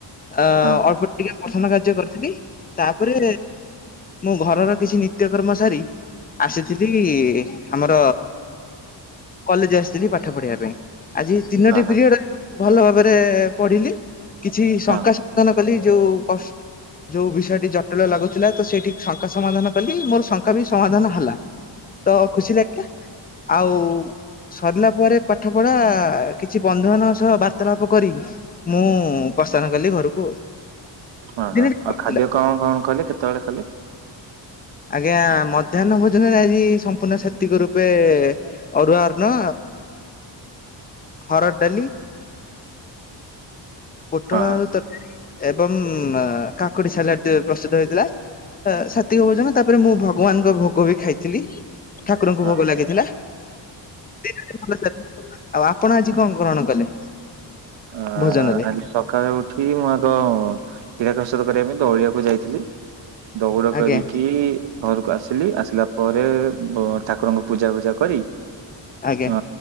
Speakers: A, on the left; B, on the right.
A: ଅ
B: ହଁ
A: ଅଳ୍ପ ଟିକେ ପ୍ରସନ୍ନ କାର୍ଯ୍ୟ କରିଥିଲି ତାପରେ ମୁଁ ଘରର କିଛି ନିତ୍ୟକର୍ମ ସାରି ଆସିଥିଲି ଆମର କଲେଜ ଆସି ପାଠ ପଢିବା ପାଇଁ। ଆଜି ତିନୋଟି
B: ଅହ ହଁ।
A: ପିରିୟଡ ଭଲ ଭାବରେ ପଢିଲି। କିଛି ଶଙ୍କା
B: ହଁ
A: ସାଧନ କଲି ଯୋଉ କଷ୍ଟ ଯୋଉ ବିଷୟଟି ଜଟିଳ ଲାଗୁଥିଲା ତ ସେଇଠି ଶଙ୍କା ସମାଧାନ କଲି ମୋର ଶଙ୍କା ବି ସମାଧାନ ହେଲା। ତ ଖୁସି ଲାଗିଲା। ଆଉ ସରିଲା ପରେ ପାଠ ପଢା କିଛି ବନ୍ଧୁ ମାନଙ୍କ ସହ ବାର୍ତ୍ତାଳାପ କରି ମୁଁ ଦାନ କଲି ଘରକୁ।
B: ଓହୋ
A: ଦିନଟି ଭଲ
B: ଆଉ ଖାଦ୍ୟ
A: ଥିଲା।
B: କଣ କଣ କଲେ କେତେବେଳେ କଲେ?
A: ଆଜ୍ଞା ମଧ୍ୟାହ୍ନ ଭୋଜନରେ ଆଜି ସମ୍ପୂର୍ଣ୍ଣ ସ୍ଵାତିକ ରୂପେ ଅରୁଆଅନ୍ନ। ହରଡ଼ ଡାଲି। ପୋଟଳଆଳୁ
B: ହଁ
A: ତ ଏବଂ କାକୁଡି ସାଲଡ଼ ଟିକେ ପ୍ରସ୍ତୁତ ହେଇଥିଲା। ସାତିିକ ଭୋଜନ ତାପରେ ମୁଁ ଭଗବାନଙ୍କ ଭୋଗ ବି ଖାଇଥିଲି। ଠାକୁରଙ୍କୁ
B: ହଁ।
A: ଭୋଗ ଲାଗିଥିଲା। ଆଉ ଆପଣ ଆଜି କଣ ଗ୍ରହଣ କଲେ?
B: ଅ
A: ଭୋଜନରେ?
B: ଆଜି ସକାଳେ ଉଠି ମୁଁ ଆଗ କ୍ରୀଡ଼ା କସରତ କରିବା ପାଇଁ ଦୌଡ଼ିଆକୁ ଯାଇଥିଲି। ଦୌଡ଼
A: ଆଜ୍ଞା
B: କରିକି ଘରକୁ ଆସି ଆ ଆସିଲା ପରେ ଠାକୁରଙ୍କୁ ପୂଜା ଫୂଜା କରି
A: ଆଜ୍ଞା
B: ଅ